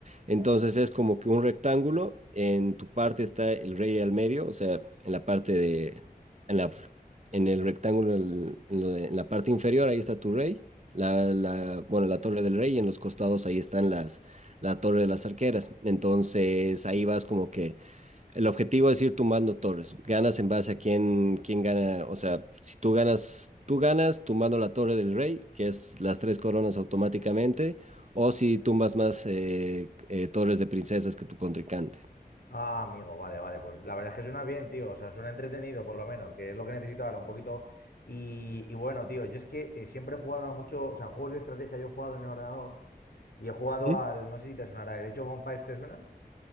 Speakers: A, on the right (about 45°); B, on the left (about 75°).
A: Entonces, es como que un rectángulo. En tu parte está el rey al medio, o sea, en la parte de, en la en el rectángulo, el- en, lo de- en la parte inferior, ahí está tu rey, la, la- bueno, la torre del rey, y en los costados ahí están las, la torre de las arqueras. Entonces ahí vas como que el objetivo es ir tumbando torres. Ganas en base a quién, quién gana, o sea, si tú ganas, tú ganas tumbando la torre del rey, que es las tres coronas automáticamente, o si tumbas más eh, eh, torres de princesas que tu contrincante.
B: Ah, amigo, vale, vale. Pues la verdad es que suena bien, tío. O sea, suena entretenido, por lo menos, que es lo que necesito ahora, un poquito. Y, y bueno, tío, yo es que eh, siempre he jugado a mucho, o sea, juegos de estrategia yo he jugado en el ordenador y he jugado
A: Ujú.
B: al, no sé si te sonará, el Age of Empires, ¿te suena?